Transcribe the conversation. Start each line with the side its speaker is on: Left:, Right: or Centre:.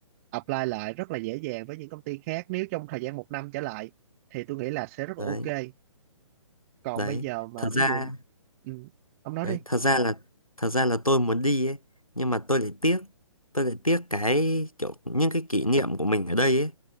Right: apply lại rất là dễ dàng với những công ty khác nếu trong thời gian một năm trở lại thì tôi nghĩ là sẽ rất
Left: đấy
Right: là ok còn
Left: đấy
Right: bây giờ mà
Left: thật
Right: ví
Left: ra
Right: dụ ừ, ông nói
Left: đấy
Right: đi
Left: thật ra là thật ra là tôi muốn đi ấy nhưng mà tôi lại tiếc tôi lại tiếc cái kiểu những cái kỷ niệm của mình ở đây ấy